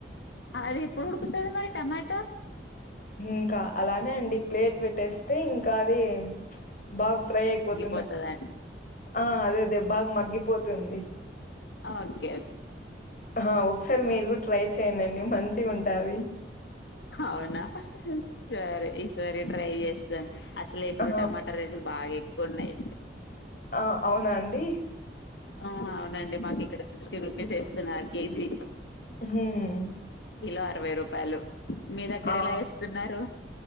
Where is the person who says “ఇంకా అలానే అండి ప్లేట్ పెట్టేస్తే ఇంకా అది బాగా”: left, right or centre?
Left